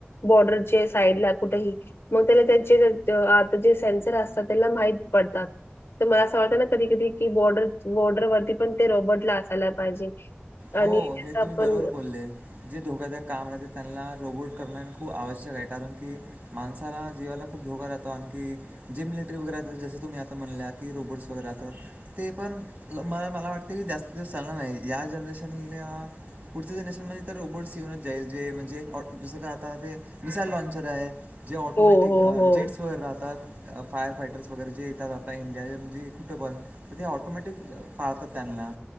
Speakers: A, on the left (about 75°); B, on the right (about 50°).
A: बॉर्डर चे साईड ला कुठेही मग तेला त्याचे आता जे सेन्सर असतात त्याला माहीत पडतात. तर मला असं वाटतं ना कधी कधी की बॉर्डर बॉर्डरवरती पण ते रॉबर्टला असायला पाहिजे. आणि
B: हो,
A: जसं
B: हे
A: आपण
B: तुम्ही बरोबर बोलले. जे धोकादायक काम राहते त्यांना रोबोट करण खूप आवश्यक आहे. कारण की- माणसाला जीवाला खूप धोका राहतो. आणखी- जे मिलिटरी वगैरे रहात जस तुम्ही आता म्हणले की रोबोटस वगैरे आता - ते पण मला मला वाटते जास्त दिवस चालणार नाही. या जनरेशनने- पुढचं जनरेशन मध्ये तर रोबोट्स येऊनच जाईल जे म्हणजे जसं का आता ते मिसाईल लॉन्चर आहे. जे ऑटोमॅटिक
A: हो हो हो
B: जेट्स वगैरे राहतात. फार फायटर्स वगैरे जे येतात आपल्या इंडियाचे म्हणजे कुठं पण तर ते ऑटोमॅटिक फार तर त्यांना